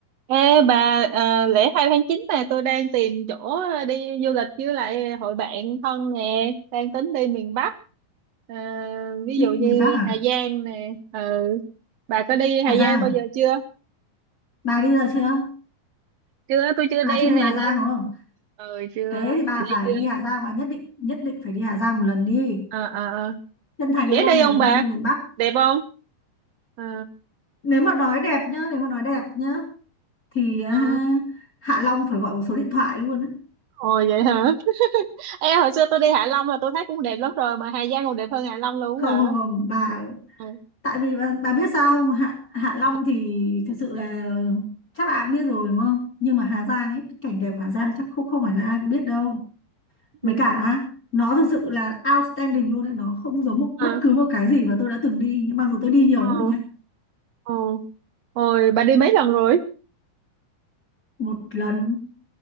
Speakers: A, on the right; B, on the left.
A: Ê bà ờ, lễ 2 tháng 9 này tôi đang tìm chỗ ờ, đi du lịch với lại hội bạn thân nè đang tính đi miền Bắc Ờ, ví
B: Bị
A: dụ như
B: miền Bắc à?
A: Hà Giang nè ừ. Bà có đi Hà
B: Hà Giang
A: Giang bao
B: à?
A: giờ chưa
B: Bà đi rồi chưa?
A: chưa tôi chưa
B: Bà
A: đi
B: chưa đi
A: nè
B: Hà Giang
A: nên
B: đúng không?
A: ừ chưa
B: Thế thì bà
A: bà
B: phải
A: đi chưa
B: đi Hà Giang, bà nhất định nhất định phải đi Hà Giang một lần đi.
A: ờ ờ ờ.
B: Chân thành
A: dễ
B: luôn
A: đi
B: nếu
A: không
B: mà
A: bà
B: đi miền Bắc.
A: đẹp không ờ
B: Nếu mà nói đẹp nhá, nếu mà nói đẹp nhá thì à,
A: ờ
B: Hạ Long phải gọi một số điện thoại luôn ấy.
A: ồ vậy hả Ê, hồi xưa tôi đi Hạ Long là tôi thấy cũng đẹp lắm rồi mà Hà Giang còn đẹp hơn Hạ Long luôn
B: Không
A: hả
B: không không, bà
A: ừ
B: tại vì bà, bà biết sao không? Hạ Hạ Long
A: ờ
B: thì thực sự là chắc là ai cũng biết rồi đúng không? Nhưng mà Hà Giang ấy, cái cảnh đẹp Hà Giang chắc không không phải là ai cũng biết đâu. Mấy
A: ừ
B: cả nó thực sự là outstanding luôn đấy. Nó không giống một
A: ờ
B: bất cứ một cái gì mà tôi đã từng đi. Nhưng mặc dù tôi đi nhiều
A: ờ.
B: lắm rồi nha.
A: Ờ. Ôi, bà đi mấy lần rồi?
B: Một lần